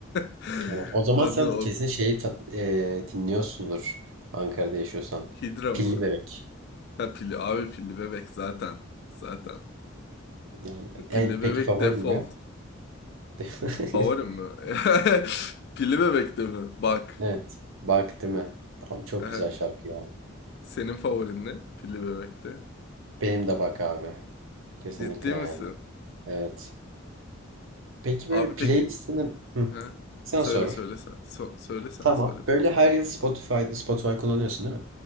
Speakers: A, on the left; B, on the right.
A: <laughs>
B: Ha, o zaman
A: Onu,
B: sen
A: onu.
B: kesin şeyi ta- e, dinliyorsundur Ankara'da yaşıyorsan.
A: Hidra mı?
B: Pilli Bebek.
A: Ha pilli. Abi pilli bebek zaten. Zaten.
B: Yani
A: Pilli
B: en peki
A: bebek
B: favorin
A: default.
B: ne? <laughs>
A: Favorim mi? <laughs> Pilli bebek de mi? Bak.
B: Evet. Bak değil mi? Abi çok
A: <laughs>
B: güzel şarkı ya.
A: Senin favorin ne? Pilli Bebek'te.
B: Benim de bak abi. Kesinlikle
A: Ciddi misin?
B: yani. Evet. Peki
A: Abi
B: böyle playlistini...
A: peki...
B: Hı.
A: Ha?
B: Sen
A: Söyle
B: sor.
A: söyle sen. So söyle sen
B: Tamam.
A: söyle
B: Böyle
A: bana.
B: her yıl Spotify'da Spotify kullanıyorsun değil mi?